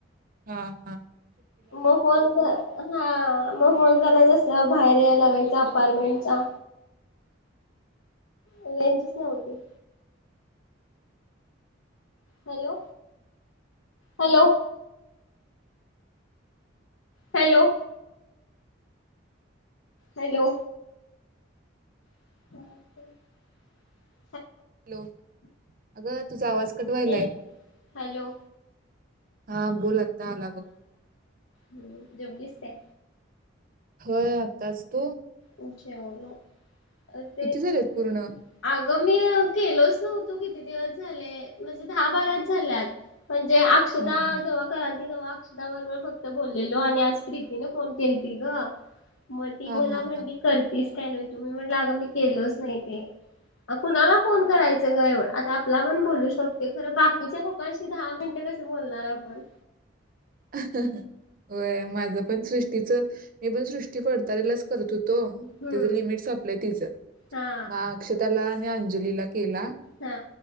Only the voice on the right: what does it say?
हां हां.
हॅलो? अगं, तुझा आवाज कट व्हायलाय.
हां बोल आता आला बघ.
होय आत्ताच तू?
किती झालेत
पूर्ण?
हा हा.
हा
हा
हा.
हं हं हं व्हय माझं पण सृष्टीच, मी पण सृष्टी फडतारेलाच करत होत तो.
तीच लिमिट सपलय तीच,
म अक्षताला नी अंजलीला केला